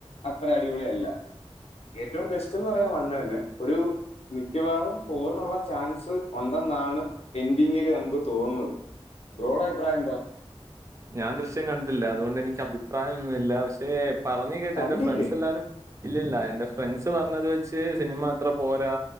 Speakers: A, on the left; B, on the right.
A: അത്ര അടിപൊളി അല്ല ഏറ്റവും ബെസ്റ്റ് എന്ന് പറഞ്ഞാ വണ്ണ് തന്നെ ഒരു മിക്കവാറും ഫോറിനുള്ള ചാൻസ് ഉണ്ടെന്നാണ് എൻഡിങ്ങില് നമുക്ക് തോന്നുന്നത് ബ്രോയുടെ അഭിപ്രായം എന്താ
B: ഞാൻ ദൃശ്യം കണ്ടിട്ടില്ല അതുകൊണ്ട് എനിക്ക് അഭിപ്രായമൊന്നുമില്ല പക്ഷെ പറഞ്ഞ് കേട്ട്
A: കണ്ടില്ലേ?
B: എന്റെ ഫ്രണ്ട്സ് എല്ലാരും ഇല്ലില്ല എന്റെ ഫ്രണ്ട്സ് പറഞ്ഞത് വെച്ച് സിനിമ അത്ര പോരാ